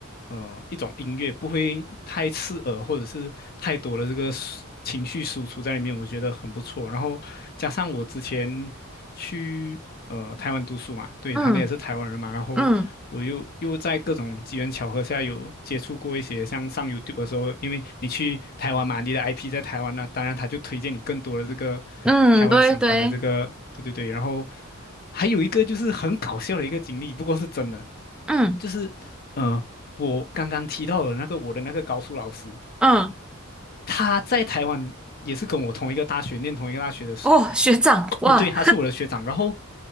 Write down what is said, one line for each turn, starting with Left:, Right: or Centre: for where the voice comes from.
Left: 呃一种音乐，不会太刺耳或者是太多的这个输情绪输出在里面，我觉得很不错。然后加上我之前去。呃台湾读书嘛，对，
Centre: 嗯
Left: 他们也是台湾人嘛，然后我又又在各种机缘巧合下有接触过一些像上
Centre: 嗯
Left: YouTube 的时候，因为你去台湾嘛，你的 IP 在台湾那、当然他就推荐你更多的这个台湾相关的这个，
Centre: 嗯，对对，
Left: 对对对，然后还有一个就是很搞笑的一个经历，不过是真的，
Centre: 嗯
Left: 就是呃我刚刚提到的那个我的那个高数老师，
Centre: 嗯，
Left: 他在台湾也是跟我同一个大学念同一个大学的，
Centre: 哦，学长，
Left: <coughs>
Centre: 哇，
Left: <smacks lips> 对，他是我的学长，然后。